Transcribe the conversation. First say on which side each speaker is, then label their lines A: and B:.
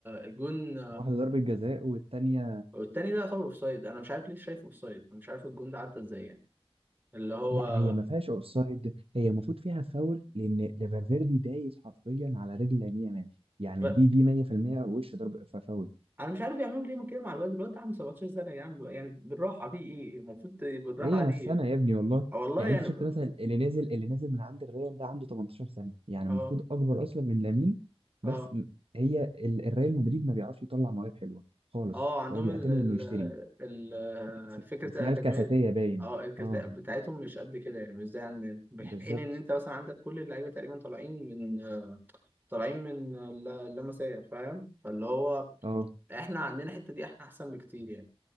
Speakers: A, on the right; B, on the right.
A: الجون
B: واحده ضربه جزاء والتانيه
A: التاني ده يعتبر اوفسايد انا مش عارف ليه شايفه اوفسايد مش عارف الجون ده عدى ازاي يعني اللي هو
B: لا هي ما فيهاش اوفسايد هي المفروض فيها فاول لان ده فالفيردي دايس حرفيا على رجل لامين يامال يعني
A: ب...
B: دي دي 100% وش ضرب ف- فاول
A: انا مش عارف بيعملوا ليه كده مع الواد الواد ده عنده 17 سنه يا جدعان يعني بالراحه في ايه المفروض بالراحه
B: هي
A: عليه
B: نفسنا يا ابني والله
A: آه والله
B: يعني
A: يعني
B: انت شفت مثلا اللي نازل اللي نازل من عند الريال ده عنده 18 سنه يعني
A: اه
B: المفروض اكبر اصلا من لامين بس
A: اه
B: م- هي ال- الريال مدريد ما بيعرفش يطلع مواهب حلوه خالص
A: اه عندهم
B: هو بيعتمد
A: ال ال
B: انه يشتري
A: ال
B: اسم-
A: فكره
B: اسمها
A: الاكاديميه
B: الكاساتيه باين
A: اه الكفاءة
B: اه
A: بتاعتهم مش قد كده يعني مش زي عندنا بح-
B: بالظبط
A: في حين ان انت مثلا عندك كل اللعيبه تقريبا طالعين من آه، طالعين من آه، الل- اللمسيه فاهم فاللي هو
B: اه
A: احنا عندنا الحته دي احنا احسن بكتير يعني